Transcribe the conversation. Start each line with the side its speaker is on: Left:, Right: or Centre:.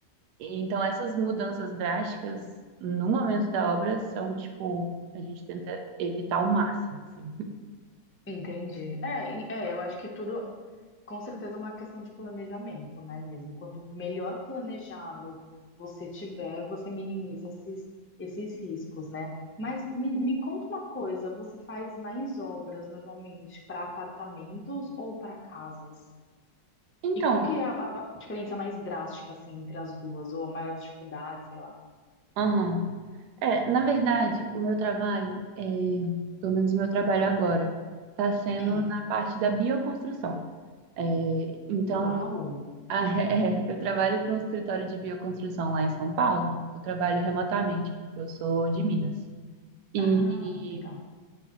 Right: E Então essas mudanças drásticas no momento da obra são, tipo, a gente tenta evitar ao máximo, assim.
Left: Entendi. É, e- é, eu acho que tudo, com certeza, é uma questão de planejamento, né, mesmo? Quanto melhor planejado você tiver, você minimiza esses, esses riscos, né? Mas me, me conta uma coisa, você faz mais obras normalmente para apartamentos ou para casas?
Right: Então,
Left: E qual que é a, a diferença mais drástica, assim, entre as duas? Ou a maior dificuldade, sei lá.
Right: Aham. É, na verdade, o meu trabalho, é, pelo menos o meu trabalho agora, está sendo
Left: Uhum.
Right: na parte da bioconstrução. É, então,
Left: Uau!
Right: a- <laughs> é, eu trabalho para um escritório de bioconstrução lá em São Paulo. Eu trabalho remotamente, porque eu sou de Minas. E,
Left: Ah, legal.